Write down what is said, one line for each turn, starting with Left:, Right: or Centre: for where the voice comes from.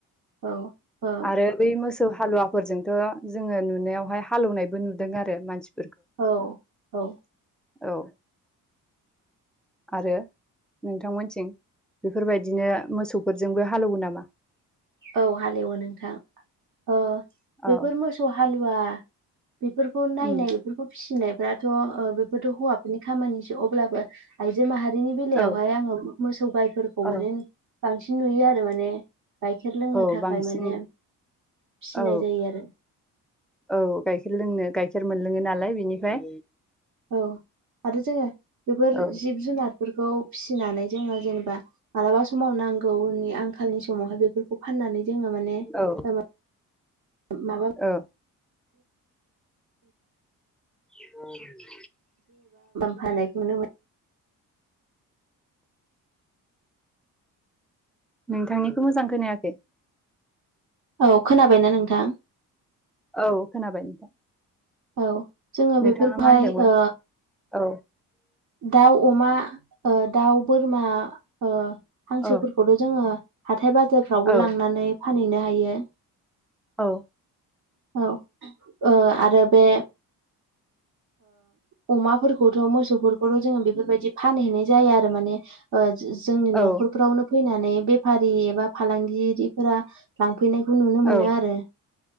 Right: औ ओ
Centre: आरो बै मोसौ हालुवाफोरजोंथ' जोङो नुनायावहाय हालौनायबो नुदों आरो मानसि
Right: औ औ
Centre: औ आरो? नोंथांमोनथिं बेफोरबायदिनो मोसौफोरजोंबो हालौवो नामा?
Right: औ हालेवो नोंथां ओ बेफोर
Centre: औ
Right: मोसौ हालुवा बेफोरखौ नायनाय
Centre: उम
Right: बेफोरखौ फिसिनाय फोराथ' ओ बेफोरथ' हौवाफोरनि खामानिसो अब्लाबो आइजो माहारिनि बेलायावहाय
Centre: औ
Right: आङो मोसौ गायफोरखौ
Centre: औ
Right: माने बांसिन नुयो आरो माने गाइखेर लोंनो
Centre: औ
Right: थाखाय
Centre: बांसिन
Right: माने फिनाय
Centre: औ
Right: जायो आरो
Centre: औ गाइखेर लोंनो गाइखेर मोनलोङो नालाय बिनिफाय
Right: औ आरो जोङो बेफोर
Centre: औ
Right: जिब जुनार फोरखौ फिसिनानै जोङो जेनेबा मालाबा समाव नांगौनि आंखालनि समावहाय बेफोरखौ फाननानै जोङो माने
Centre: औ
Right: माबा <unintelligible>
Centre: औ औ <unintelligible>
Right: फानायनायखौनो <unintelligible>
Centre: नोंथांनिखौ मोजां खोनायाखै
Right: औ खोनाबायना नोंथां?
Centre: औ खोनाबाय नोंथां।
Right: औ जोङो
Centre: नोंथाङा
Right: बेफोरखौ
Centre: मा
Right: हाय
Centre: होनदोंमोन
Right: ओ
Centre: औ
Right: दाउ, अमा, ओ दाउ, बोरमा ओ हांसोफोरखौथ'
Centre: औ
Right: जोङो हाथाय बाजारफ्रावबो
Centre: औ
Right: लांनानै फानहैनो हायो।
Centre: औ।
Right: औ ओ आरो बे ओ अमाफोरखौथ' मोसौफोरखौथ' जोङो बेफोरबायदि फानहैनाय जाया आरो माने ओ जोंनि
Centre: औ
Right: न'खरफ्रावनो फैनानै बेफारि एबा फालांगिरिफोरा लांफैनायखौ नुनो
Centre: औ
Right: मोनो आरो